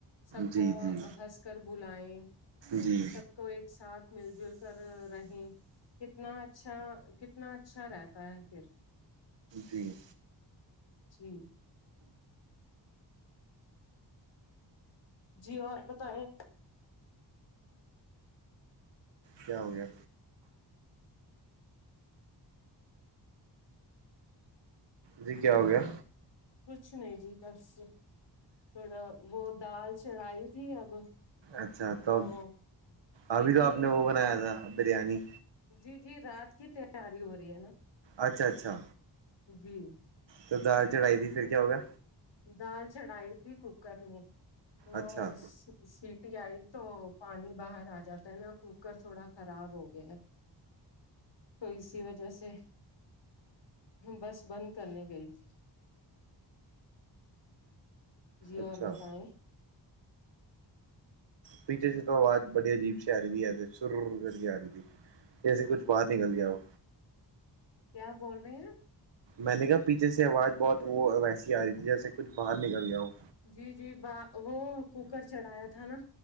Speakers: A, on the left; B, on the right.
A: سب
B: جی
A: کو
B: جی
A: ہنس کر بلائیں
B: جی
A: سب کو ایک ساتھ مل جل کر رہیں کتنا اچھا کتنا اچھا رہتا ہے پھر
B: جی
A: جی جی اور بتائیں
B: کیا ہو گیا جی کیا ہو گیا
A: کچھ نہیں جی بس تھوڑا وہ دال چڑھائی تھی اب
B: اچھا تب
A: تو سیٹی
B: ابھی تو آپ نے وہ بنایا تھا بریانی
A: جی جی رات کی تیاری ہو رہی ہے نا
B: اچھا اچھا
A: جی
B: تو دال چڑھائی تھی پھر کیا ہوگیا
A: دال چڑھائی تھی کوکر میں وہ
B: اچھا
A: سسی ٹی آئی تو پانی باہر آ جاتا ہے نا کوکر تھوڑا خراب ہو گیا ہے تو اسی وجہ سے بس بند کرنے گئی تھی جی اور
B: اچھا
A: بتائیں
B: پیچھے سے تو آواز بڑی عجیب سے آ رہی تھی سرر کرکے آ رہی تھی جیسے کچھ باہر نکل گیا ہو
A: کیا بول رہے ہیں آپ
B: میں نے کہا پیچھے سے آواز بہت وہ ویسی آ رہی تھی جیسے کچھ باہر نکل گیا ہو
A: جی جی ب وہ کوکر چڑھایا تھا نا